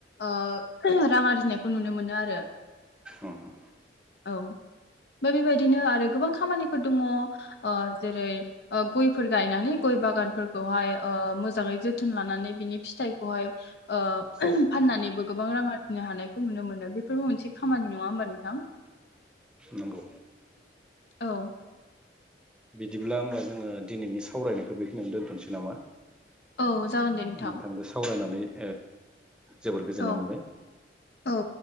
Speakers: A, on the left; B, in the centre.
A: ओ रां आरजिनायखौ नुनो मोनो आरो।
B: उम
A: औ। ओमफाय बेबायदिनो आरो गोबां खा निफोर दङ ओ जेरै ओ गयफोर गायनानै गय बागानफोरखौहाय ओ मोजाङै जोथोन लानानै बिनि फिथाइखौहाय ओ
B: औ
A: फाननानैबो गोबां रां आरजिनो हानाय खौ नुनो मोनो। बे फोरबो मोनसे खामानि। नङा होमबा नोंथां?
B: नंगौ
A: औ।
B: बिदिब्ला होमबा जोङो दिनैनि सावरायनायखौ बे खिनियावनो दोन्थ'नसै नामा?
A: औ जागोन दे नोंथां।
B: नोंथांजों सावरायनानै ओ जोबोर गोजोननाय
A: औ।
B: मोनबाय।
A: औ